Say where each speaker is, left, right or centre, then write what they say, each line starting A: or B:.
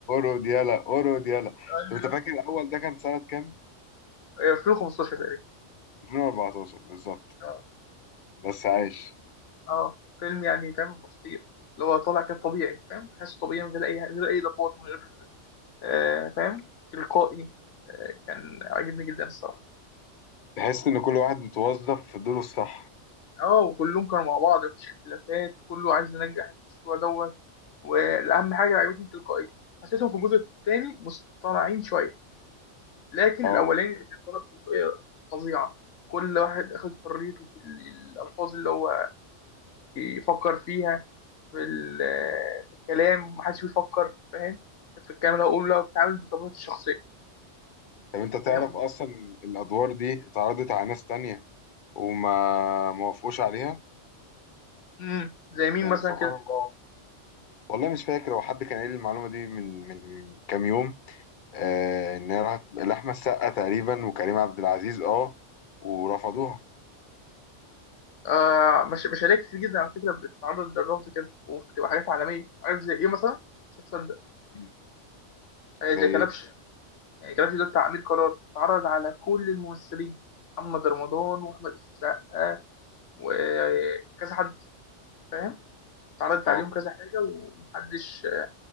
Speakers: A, on the left; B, on the left.
A: أورو ديالا أورو ديالا
B: ايوه
A: طب أنت فاكر الأول ده كان سنة كام؟
B: ايوه 2015 تقريبا
A: 2014 بالظبط
B: اه
A: بس عايش
B: اه فيلم يعني فاهم خطير اللي هو طالع كده طبيعي فاهم تحسه طبيعي من غير اي من غير اي اضافات من غير آه فاهم تلقائي آه كان عاجبني جدا الصراحه
A: تحس ان كل واحد متوظف في دوره الصح
B: اه وكلهم كانوا مع بعض مفيش اختلافات كله عايز ينجح المشروع دوت والاهم حاجه اللي عجبتني التلقائيه حسيتهم في الجزء الثاني مصطنعين شويه لكن
A: اه
B: الاولاني اللي طلب تلقائيه فظيعه كل واحد اخد حريته في الالفاظ اللي هو يفكر فيها في, ال- في الكلام ومحدش بيفكر فاهم في الكلام اللي هقوله بتعامل بطبيعتي الشخصية
A: طب انت تعرف
B: فاهم
A: اصلا إن الادوار دي اتعرضت على ناس تانية وما ما وافقوش عليها
B: امم زي مين
A: يعني
B: مثلا
A: سبحان
B: كده
A: الله والله مش فاكر هو حد كان قايل لي المعلومه دي من من كام يوم آه ان هي راحت لاحمد السقا تقريبا وكريم عبد العزيز اه ورفضوها
B: آه مش مشاريع كتير جدا على فكرة بتتعرض للرفض كده وبتبقى حاجات عالمية عارف زي ايه مثلا؟ مش هتصدق
A: مم.
B: آه،
A: زي
B: زي
A: ايه
B: كلبش يعني كلبش ده بتاع أمير قرار اتعرض على كل الممثلين محمد رمضان وأحمد السقا وكذا حد فاهم اتعرضت
A: اه
B: عليهم كذا حاجة ومحدش